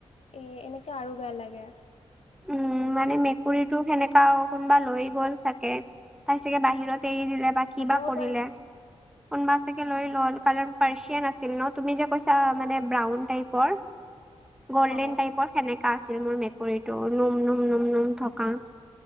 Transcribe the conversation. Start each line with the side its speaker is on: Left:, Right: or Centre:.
Left: এ এনেকুৱা আৰু বেয়া লাগে।
Centre: উম, মানে মেকুৰীটো সেনেকা কোনোবা লৈ গ'ল চাগে। তাই চাগে বাহিৰত এৰি দিলে বা কিবা
Left: হ'বও
Centre: কৰিলে
Left: পাৰে।
Centre: কোনোবা চাগে লৈ গ'ল।
Left: অ
Centre: কাৰণ পাৰ্চিয়ান আছি আছিল ন তুমি যে কৈছা মানে ব্ৰাউন টাইপৰ গল্ডেন
Left: অ
Centre: টাইপৰ। সেনেকা আছিল মোৰ মেকুৰীটো নোম নোম নোম নোম থকা